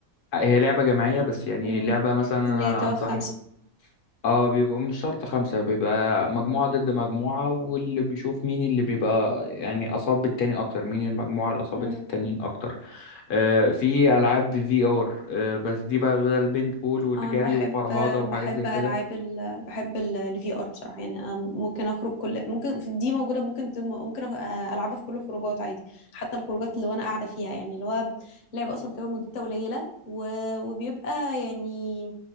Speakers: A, on the left (about 65°); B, on the left (about 45°).
A: هي لعبة جماعية بس يعني
B: امم
A: لعبة مثلا أنا
B: اللي هي تواب
A: أنصحك
B: خمسة
A: اه بيبقى مش شرط خمسة بيبقى مجموعة
B: امم
A: ضد مجموعة واللي بيشوف مين اللي بيبقى يعني أصاب التاني أكتر مين المجموعة اللي أصابت
B: امم
A: التانيين أكتر آه في ألعاب في آر آه بس دي بقى بدل بينت بول وجري
B: اه بحب
A: وفرهاضة وحاجات
B: بحب
A: زي كده
B: العاب ال... بحب الفي ار بصراحه يعني أنا ممكن اخرج كل ممكن في دي موجوده ممكن تم- ممكن أخ- العبها في كل الخروجات عادي حتى الخروجات اللي وانا قاعده فيها يعني اللي هو لعبه اصلا بتبقى مدتها قليله و... وبيبقى يعني